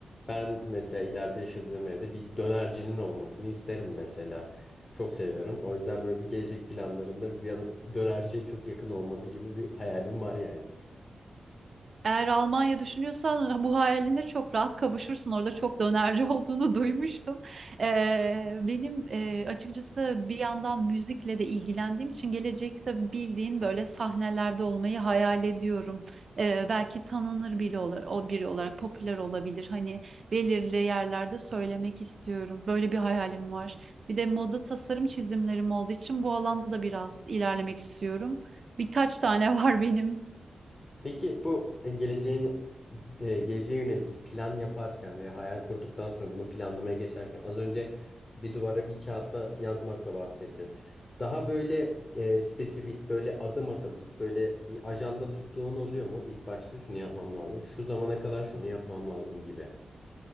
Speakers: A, on the left; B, on the right.
A: Ben mesela ileride yaşadığım evde bir dönercinin olmasını isterim mesela. Çok seviyorum. O yüzden böyle bir gelecek planlarımda ya da dönerciye çok yakın olması gibi bir hayalim var yani.
B: Eğer Almanya düşünüyorsan bu hayaline çok rahat kavuşursun. Orada çok dönerci olduğunu <laughs> duymuştum. Ee, benim e, açıkçası bir yandan müzikle de ilgilendiğim için gelecekte bildiğin böyle sahnelerde olmayı hayal ediyorum. Ee, belki tanınır biri olarak, o biri olarak popüler olabilir. Hani belirli yerlerde söylemek istiyorum. Böyle bir hayalim var. Bir de moda tasarım çizimlerim olduğu için bu alanda da biraz ilerlemek istiyorum. Birkaç tane <laughs> var benim.
A: Peki bu e, geleceğin e, geleceğe yönelik plan yaparken veya hayal kurduktan sonra bunu planlamaya geçerken az önce bir duvara bir kağıtta yazmakla bahsettin. Daha böyle e, spesifik böyle adım adım böyle bir ajanda tuttuğun oluyor mu? İlk başta şunu yapmam lazım. Şu zamana kadar şunu yapmam lazım gibi.